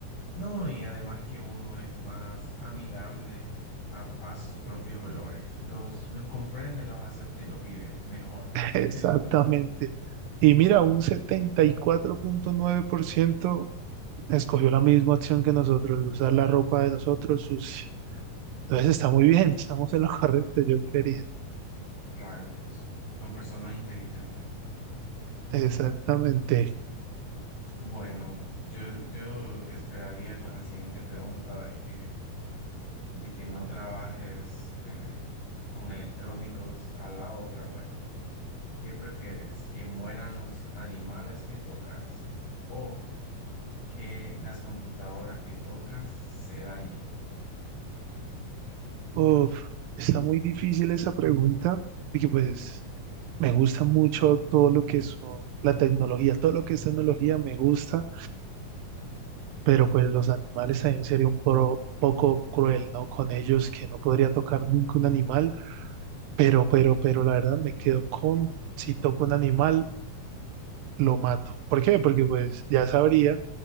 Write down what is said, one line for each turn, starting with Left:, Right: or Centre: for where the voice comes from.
Left: No, y además que uno es más amigable a, a sus propios olores. Los, los comprende, los acepta y los vive mejor <laughs>
Right: <laughs> Exactamente.
Left: que los de otros.
Right: Y mira, un setenta y cuatro punto nueve por ciento escogió la misma opción que nosotros, usar la ropa de nosotros sucia. Entonces está muy bien, <laughs> estamos en lo correcto, yo creería.
Left: Claro, son personas inteligentes.
Right: Exactamente.
Left: Bueno, yo, yo esperaría con la siguiente pregunta de que, de que no trabajes eh, con electrónicos al lado, pero bueno, ¿qué prefieres? ¿Que mueran los animales que tocas o que las computadoras que tocas se dañan.
Right: Uf, está muy difícil esa pregunta, porque pues me gusta mucho todo lo que es oh, la tecnología, todo lo que es tecnología me gusta, pero pues los animales también sería un pro- poco cruel, ¿no? Con ellos que no podría tocar nunca un animal, pero, pero, pero la verdad me quedo con, si toco un animal, lo mato. ¿Por qué? Porque pues ya sabría.